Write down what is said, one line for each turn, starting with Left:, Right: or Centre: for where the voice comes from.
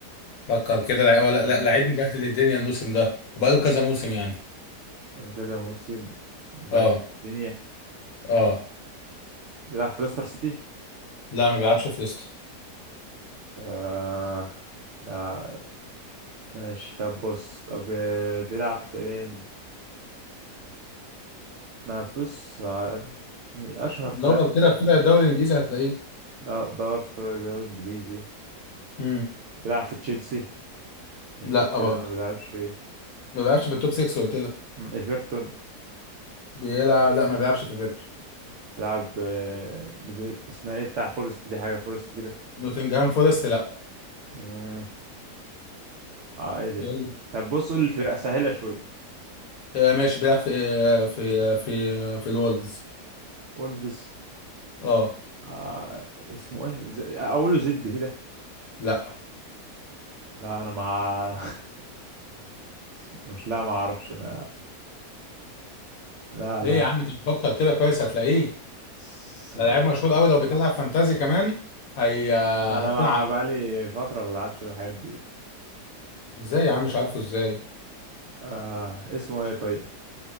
Left: فكر كده لعيب ولا
Right: طب
Left: لا
Right: انا
Left: لعيب
Right: بص
Left: مبهدل الدنيا الموسم ده وبقاله كذا موسم يعني
Right: آه، كذا موسم وبعد
Left: اه
Right: الدنيا
Left: اه
Right: بيلعب في ليستر سيتي
Left: لا ما بيلعبش في ليستر
Right: آه لا ماشي طب بص طب آه، بيلعب فين ما فيش آه، اشهر فرق
Left: دور كده في فرق الدوري الانجليزي هتلاقيه
Right: د- دور في الدوري الانجليزي
Left: امم
Right: بيلعب في تشيلسي كانت
Left: لا
Right: بتلعب-
Left: برضه
Right: ما بيلعبش
Left: ما بيلعبش في التوب 6 قلت لك
Right: مم، ايفرتون
Left: بيلعب لا ما بيلعبش في بيرتو
Right: بيلعب آه، اسمها ايه بتاع فورست دي حاجه فورست كده
Left: نوتنجهام فورست لا
Right: مم. اه ايه ده
Left: يلا
Right: طب بص قول الفرق سهلة شوية
Left: آه، ماشي بيلعب في آه، في آه، في آه، في الولدز
Right: اولفيس
Left: اه
Right: آه اسمه ايه ز... اقوله زد كده
Left: لا
Right: لا انا مع <laughs> اسمه- مش لا ما اعرفش انا لا لا
Left: ليه يا عم انت بتفكر كده كويس هتلاقيه
Right: س...
Left: ده لعيب مشهور قوي لو بتلعب فانتازي كمان هي آه،
Right: انا
Left: هتكون
Right: مع
Left: عارفه
Right: بقالي فترة ما بلعبش الحاجات دي
Left: ازاي يا عم مش عارفه ازاي
Right: آه اسمه ايه طيب